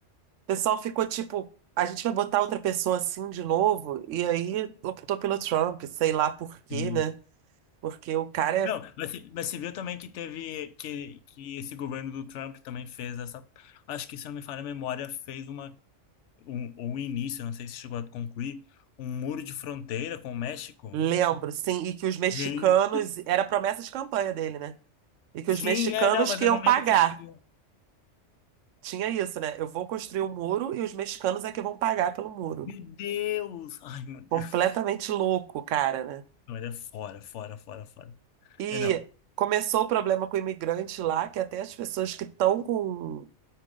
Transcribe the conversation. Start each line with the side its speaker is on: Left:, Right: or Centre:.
Right: pessoal ficou tipo, a gente vai botar outra pessoa assim de novo. E aí optou pelo Trump, sei lá por quê,
Left: Sim.
Right: né? Porque o cara é.
Left: Não, mas, você- mas você viu também que teve, que, que esse governo do Trump também fez essa, acho que se eu não me falha a memória, fez uma, um, ou um início, eu não sei se chegou a concluir, um muro de fronteira com o México.
Right: Lembro, sim, e que os mexicanos.
Left: Sim,
Right: Era promessa de campanha dele, né? E que
Left: Sim,
Right: os mexicanos
Left: é, não, mas
Right: que
Left: eu
Right: iam
Left: não lembro
Right: pagar.
Left: se chegou.
Right: Tinha isso, né? Eu vou construir um muro e os mexicanos é que vão pagar pelo muro.
Left: Meu Deus! Ai, meu Deus.
Right: Completamente louco, cara, né?
Left: Não, ele é fora, fora, fora, fora.
Right: E
Left: É, não.
Right: começou o problema com o imigrante lá, que até as pessoas que estão com